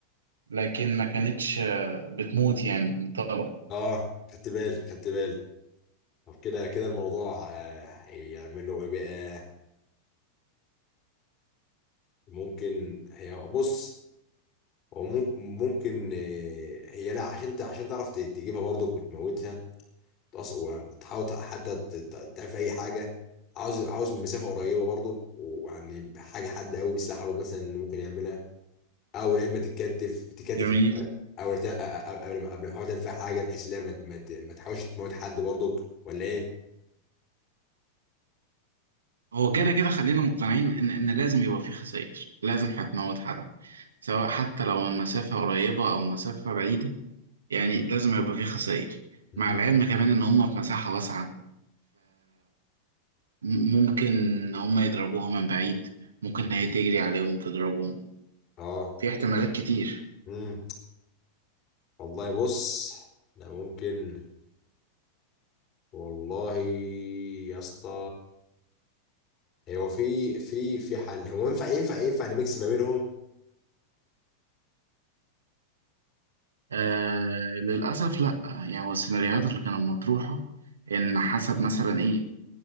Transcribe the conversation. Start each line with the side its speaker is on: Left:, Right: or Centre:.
Right: لكن ما كانتش آه، بتموت يعني من طلقة
Left: اه خدت بالي خدت بالي طب كده كده الموضوع آه، هيعملوا ايه بقى ممكن هي بص هو مم- ممكن آه، هي لا عشان ت- عشان تعرف ت- تجيبها برضه وتموتها تقص- وتحاول ت- حتى ت- ت- تعمل في اي حاجه عاوز عاوز من مسافه قريبه برضه ويعني حاجه حد قوي بيسلاح برضه مثلا ممكن يعملها او لا اما تتكتف تكتف
Right: جميل
Left: او ت- أ- أ- قبل ما قبل ما تحاول تعمل فيها حاجه بحيث ان هي ما ما ت- ما تحاولش تموت حد برضك ولا ايه؟
Right: هو كده كده خلينا مقتنعين ان ان لازم يبقى في خسائر لازم هتموت حد سواء حتى لو المسافة قريبة او مسافة بعيدة يعني لازم يبقى في خسائر
Left: مم.
Right: مع العلم كمان ان هم في مساحة واسعة م- ممكن هما يضربوها من بعيد ممكن هي تجري عليهم تضربهم
Left: اه
Right: في احتمالات كتير
Left: امم والله بص لا ممكن والله يا اسطى هو في في في حل هو ينفع ينفع ينفع نميكس ما بينهم
Right: آه للأسف لأ يعني هو السيناريوهات اللي كانت مطروحة إن حسب مثلا إيه